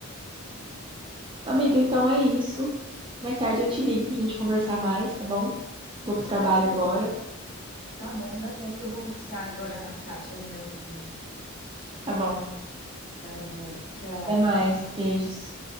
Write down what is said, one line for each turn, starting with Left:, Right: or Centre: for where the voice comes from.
Right: amiga, então é isso. Mais tarde eu te ligo pra gente conversar mais, tá bom? Vou pro trabalho
Left: Tá certo.
Right: agora.
Left: Tá bom, dá certo que eu vou buscar agora a caixa ali na vizinha.
Right: Tá bom.
Left: Tá bom. Tchau.
Right: Até mais. Beijos.